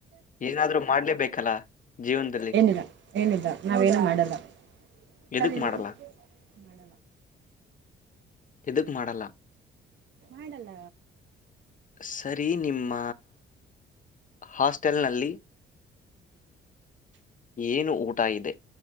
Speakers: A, on the left; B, on the right.
A: ಏನಾದ್ರೂ ಮಾಡ್ಲೇಬೇಕಲ್ಲ ಜೀವನದಲ್ಲಿ
B: ಏನಿದ ಏನಿದ ನಾವೇನ ಮಾಡದ ಮಾಡ
A: ಎದಕ್ ಮಾಡಲ್ಲ ಇದದಕ್ ಮಾಡಲ್ಲ
B: ಮಾಡಲ್ಲ
A: ಸರಿ ನಿಮ್ಮ ಹಾಸ್ಟೆಲ್ನಲ್ಲಿ ಏನು ಊಟ ಇದೆ